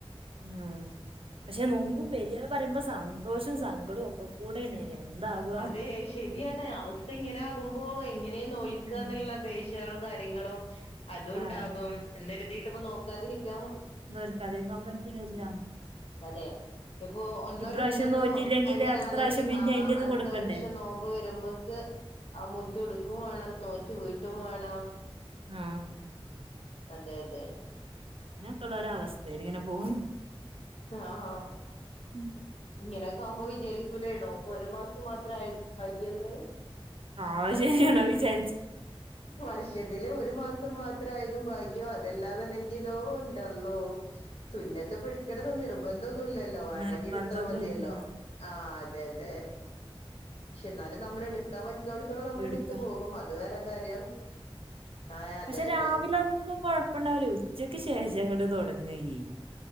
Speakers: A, on the right; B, on the left.
A: ഉം പക്ഷെ നോമ്പ് വെരാ പറയുമ്പോ സന്തോഷവും സങ്കടവും ഒക്കെ കൂടെ ആണ് എന്താവും
B: അതെ ശരിയാണ് അവസ് ഇപ്പിങ്ങനാകുമ്പോ എങ്ങനെയാ നോല്ക്കാന്നുള്ള
A: ഉം
B: ബേജാറും കാര്യങ്ങളും അതുംണ്ടാകും
A: കാര്യം
B: എന്ന് കര്തീട്ട് ഇപ്പ നോക്കാതിരിക്കാം
A: നോൽക്കാതിരിക്കാൻ പറ്റീന്ന് വെരില്ലാ
B: അതെ ഇപ്പൊ ഒന്നോ
A: ഇപ്രാവശ്യം
B: രണ്ടെണ്ണോ
A: നോറ്റില്ലെങ്കില്
B: അങ്ങനാണെങ്കിൽ
A: അടുത്ത പ്രാവശ്യം പിന്നെ
B: ആ
A: അയിന്റെത്
B: അടുത്ത
A: കൊടുക്കണ്ടേ
B: വർഷം നോം മ്പ് വെര്മ്പെക്ക് ആഹ് മുദു എടുക്കോം വേണം നോറ്റി വീട്ടും വേണം
A: ഉം
B: അതെ തെ
A: അങ്ങനൊക്കൊള്ളൊര് അവസ്ഥയില് ഇങ്ങനെ പോവ്ന്ന്
B: ആഹ് ഹാ
A: ഉം
B: ഇങ്ങനെക്കെ ആവ്മ്പോ വിചാരിക്കൂല്ലോ നോമ്പ് ഒര് മാസം മാത്രാ ആ യ്യന്ന്
A: ആഹ് ശേരിയാണ് ആ വിചാ
B: വർഷത്തില് ഒര് മാസം മാ ത്രായതും ഭാഗ്യം അത് അല്ലാതുണ്ടങ്കില്ലോ എൻ്റെ അള്ളോ സുന്നത്തിപ്പയടുക്കണേ നിർ ബന്ധൊന്നുല്ലല്ലോ വേണങ്കി
A: നിർബന്ധൊന്നുല്ല
B: എടുത്താ മതിയല്ലോ ആഹ് അതെ തെ പക്ഷേ എന്നാലും നമ്മള് എട്ക്കാൻ പറ്റുന്നോടത്തോളം നമ്മൾ
A: എടുക്ക
B: എട്ത്ത് പോകും അത് വേറെ കാര്യം ആഹ് അതെ
A: പക്ഷേ
B: അതെ
A: രാവിലെ ഒന്നും കൊഴപ്പോണ്ടാവില്ല ഉച്ചക്ക് ശേഷം അങ്ങട് തൊടങായി